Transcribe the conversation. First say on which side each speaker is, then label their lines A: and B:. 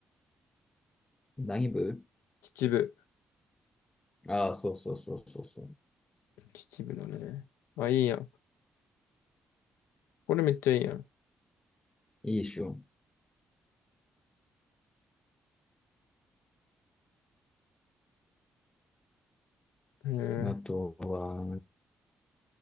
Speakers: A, on the left; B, on the left.
A: 何部
B: 秩父。
A: ああ、そうそうそうそうそう。
B: 秩父のね。あ、いいやん。これめっちゃいいやん。
A: いいっしょ。
B: うん、うん、
A: あとは、